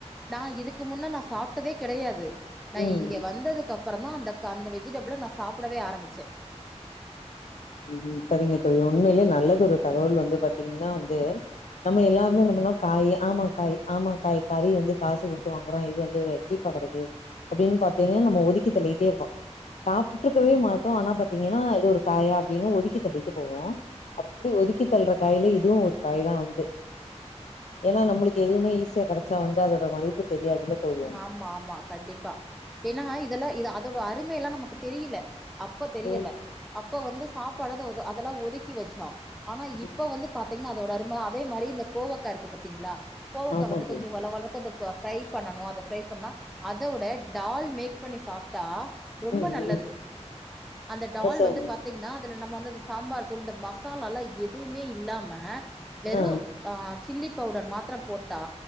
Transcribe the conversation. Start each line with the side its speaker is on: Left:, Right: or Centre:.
Centre: நா இதுக்கு முன்ன நா சாப்ட்டதே கெடையாது நா
Left: ம்
Centre: இங்க வந்ததுக்கப்றதா அந்தக் ஆந் வெஜிடபிளை நா சாப்புடவே ஆரம்பிச்சே
Left: ம் சரிங்க தோழி உண்மையிலே நல்லது ஒரு தகவல் வந்து பாத்தீங்னா வந்து நம்ம எல்லாருமே என்ன பண்ணோ காயே ஆமா காய் ஆமா காய் கறி வந்து காசு கொடுத்து வாங்குறோ இது வந்து ஜிப் ப்பா கிடைக்கு அப்டின் பாத்தீன்னே நம்ம ஒதுக்கி தல்லிட்டே இருக்கோ சாப்ட்டுட்ருக்கவே மாட்டோ ஆனா பாத்தீங்கன்னா இது ஒரு காயாப் டீன்னு ஒதுக்கி தள்ளிட்டு போவோ
Centre: ம்
Left: அப்டி ஒதுக்கி தல்ற காய்லே இதுவு ஒரு காய் தா வந்து ஏன்னா நம்ளுக்கு எதுமே ஈஸியா கெடச்சா வந்து அதோட மலிப்பு தெரியாதுல தோழியு
Centre: ஆமா ஆமா கண்டிப்பா ஏன்னா இதெல்லா இது அதோட அருமைல்லாம நமக்கு தெரியில அப்போ தெரியல
Left: ம்
Centre: அப்ப வந்து சாப்பாட தோதோ அதெல்லா ஒதுக்கி வச்சா ஆனா
Left: ம்
Centre: இப்ப வந்து பாத்தீங்னா அதோட அரும அதே மாரி இந்த கோவக்கா இருக்கு பாத்தீங்ளா கோவக்கா
Left: ஆமா
Centre: வந்து
Left: தோழி
Centre: கொஞ்சு வள வளக்கோ அந்தப்பு ஃப்ரை பண்ணணு அது ஃப்ரை பண்ணா அதோட டால் மேக் பண்ணி சாப்ட்டா ரொம்ப
Left: ம்
Centre: நல்லது
Left: ம்
Centre: அந்த டால்
Left: அசாங்
Centre: வந்து பாத்தீஙன்னா அதுல நம்ம வந்துதுஸ் சாம்பார் தூளு இந்த மசாலால்லா எதுமே இல்லாம வெறு
Left: ஆ
Centre: ஆ சில்லி பவுடர் மாத்ரம் போட்டா